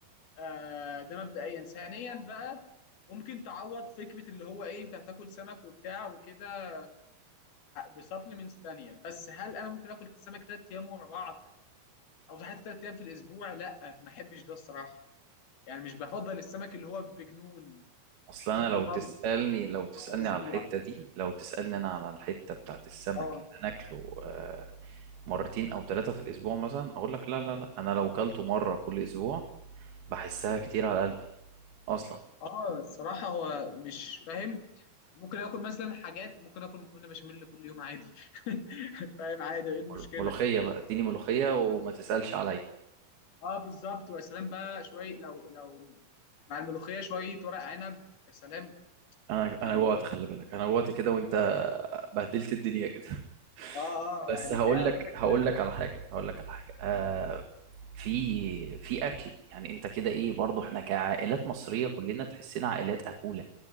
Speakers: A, on the left; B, on the right.
A: آه ده مبدئيا ثانيا بقى ممكن تعوض فكره اللي هو ايه انت هتاكل سمك وبتاع وكده بسبلمنتس تانية بس هل انا ممكن اكل سمك ثلاث ايام ورا بعض او حتى ثلاث ايام في الاسبوع لا ما احبش ده الصراحه يعني مش بفضل السمك اللي هو بجنون
B: اصل
A: ممكن
B: انا لو
A: مره
B: تسألني لو تسألني
A: في الاسبوع
B: على الحتة دي لو تسألني انا على الحتة بتاعت السمك
A: اه
B: اللي انا اكله آه، مرتين او ثلاثة في الاسبوع مثلا اقول لك لا لا لا انا لو كلته مرة كل اسبوع بحسها كتير على قلبي اصلا
A: اه الصراحه هو مش فاهم ممكن اكل مثلا حاجات ممكن اكل مكرونه بشاميل كل يوم عادي <laughs> فاهم عادي ايه المشكله
B: مل- ملوخية بقى اديني ملوخية وما تسألش عليا
A: اه بالظبط ويا سلام بقى شويه لو لو مع الملوخيه شويه ورق عنب يا سلام
B: انا
A: يعني
B: انا جوعت خلي بالك انا جوعت كده وانت بهدلت الدنيا كده <laughs>
A: اه اه
B: بس
A: يعني
B: هقول
A: الحقيقه
B: لك
A: وانا كان-
B: هقول لك على حاجه هقول لك على حاجه آه في في اكل يعني انت كده ايه برضو احنا كعائلات مصريه كلنا تحسنا عائلات اكوله